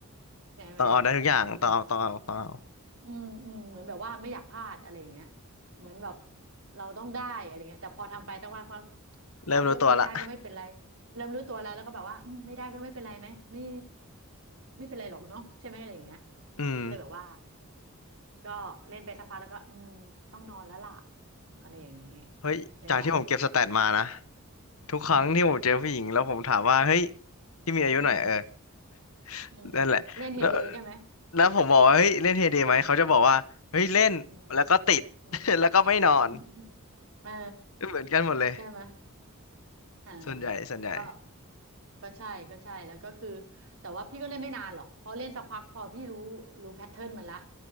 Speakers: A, on the right; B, on the left.
A: ใช่ไหม
B: ต้องเอาได้ทุกอย่างต้องเอาต้องเอาต้องเอา
A: อืม อืมอืมเหมือนแบบว่าไม่อยากพลาดอะไรอย่างเงี้ยเหมือนแบบเราต้องได้อะไรเงี้ยแต่พอทำไปตั้งวันพัก
B: เริ่มรู้ตัวละ
A: เอาเถอะไม่ได้ก็ไม่เป็นไรเริ่มรู้ตัวแล้วแล้วก็แบบว่าอืมไม่ได้ก็ไม่เป็นไรไหมไม่ไม่เป็นไรหรอกเนาะใช่ไหมอะไรอย่างเงี้ย
B: <laughs> อืม
A: ก็เลยแบบว่าก็เล่นไปสักพักแล้วก็อืมต้องนอนแล้วล่ะอะไรอย่างงี้
B: เฮ้ยจากที่ผมเก็บสแตทมานะ
A: ใช่ป่ะ
B: ทุกครั้งที่ผมเจอผู้หญิงแล้วผมถามว่าเฮ้ย
A: อืม
B: ที่มีอายุหน่อยเออ
A: อืม
B: <laughs>
A: อืมเล่นเฮเดใช่ไหม
B: นั่นแหละแล้วแล้วผมบอกว่าเฮ้ยเล่นเฮเดไหมเขาจะบอกว่าเฮ้ยเล่นแล้วก็ติด
A: อืมอืม
B: <laughs> แล้วก็ไม่นอน
A: อืม <laughs> เออ
B: <laughs> เหมือนกันหมดเลย
A: ใช่ไหม อ่า
B: ส่วนใหญ่ส่วนใหญ่
A: ก็ก็ใช่ก็ใช่แล้วก็คือแต่ว่าพี่ก็เล่นไม่นานหรอกพอเล่นสักพักพอพี่รู้รู้แพทเทิร์นมันละ